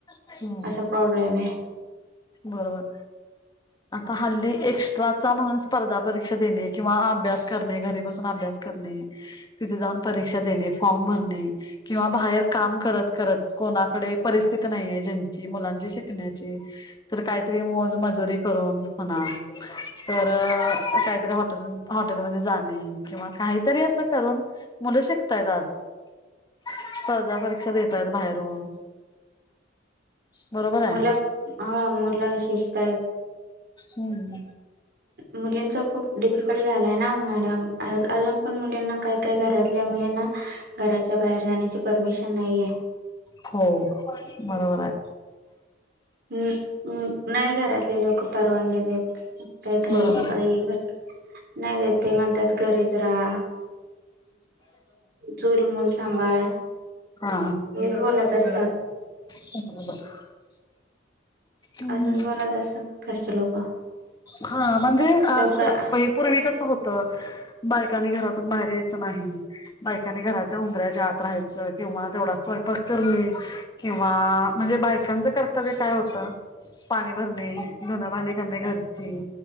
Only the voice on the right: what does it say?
असा प्रॉब्लेम हाय.
मुला मुलं शिकताय.
मुलींच खूप डिफिकल्ट झालय ना ओ मॅडम. अ अजून- - पण मुलींना काय काय घरातल्या मुलींना घराच्या- - बाहेर जाण्याची परमिशन नाहीय.
हम्म्, हम. नाही घरातले लोक परवानगी देत. काय काय
<unintelligible> नाही देत ते म्हणतायत -- घरीचं रहा चूलमूल सांभाळ.
हेच बोलत असतात.
असंच बोलतं असतात घरचे लोक.
लवकर